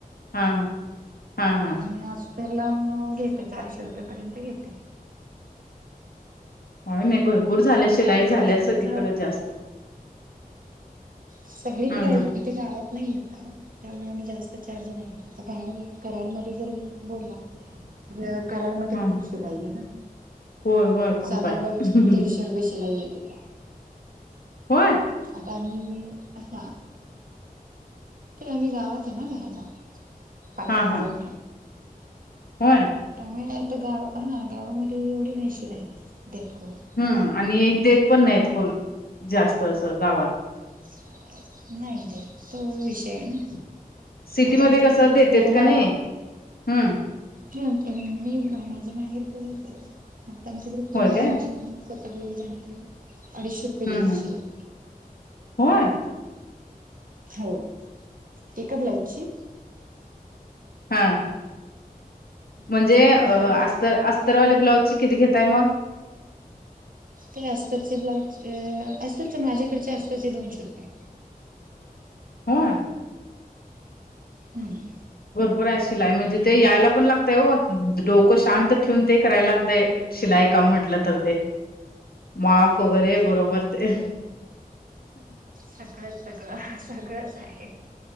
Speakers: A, on the left; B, on the right.
A: हा, हा हा हा
B: आणि असज फर लावून घेते चारशे रुपये पर्यंत घेते
A: होय नाही
B: आणि
A: भरपूर झाल्या शिलाई
B: ब्लाऊज
A: झाल्या
B: अस्तरच
A: सगळीकडे जास्त
B: सगळीकडे
A: हम्म हम्म
B: इथे गावात नाहीये फार त्यामुळे आम्ही जास्त चार्ज नाही घेत आ बाहेर कराडमध्ये जर बोललात तर कराडमध्ये
A: हम्म
B: खूप सिलाई आहे ना
A: होय होय खूप
B: साधा
A: आहे
B: ब्लाऊज दीडशे रुपये शिलाई ये इथ
A: होय
B: आता म अछा ते आम्ही गावाातो ना राहिला पाटण
A: हा हा
B: रोड ला
A: होय
B: त्यामुळे आता गाव हा गावामध्ये एवढी नाहीशि नाहीई देत कोणी
A: हम्म आणि एक देत पण नाहीत कोण जास्त असं गावात
B: अ नाही ते तो विषय ना
A: सिटीमध्ये
B: आता आच्या
A: कसं
B: तिकडे
A: देतेत
B: पुण्याला
A: का नाही हम्म
B: हा मी माझ्या माहेर पुणेच आहे आता आमच्याकडे पुण्या
A: होय
B: आला
A: काय
B: आमची मम्मी सतक लोक जणते अडीचशे रुपये
A: हम्,
B: देते
A: हम्
B: शिलाई
A: होय
B: हो एका ब्लाऊजची
A: हा म्हणजे
B: आपल्या इथे
A: अ
B: नाही.
A: अस्तर अस्तरवाले ब्लाउजचे किती घेताय मग?
B: ते अस्तरचे ब्लाउजचे अस्तरचे माझ्याकडचे अस्तरचे दोनशे रुपये
A: हा
B: हम्म.
A: भरपुर आहे शिलाय म्हणजे ते यायला पण लागतय ओ डोकं शांत ठेऊून ते करायला लागतय शिलाई काम म्हटलं तर ते. माप
B: हो
A: वगैरे
B: म्हणजे
A: बरोबर
B: काय
A: ते
B: सगळंच सगळं सगळंच आहे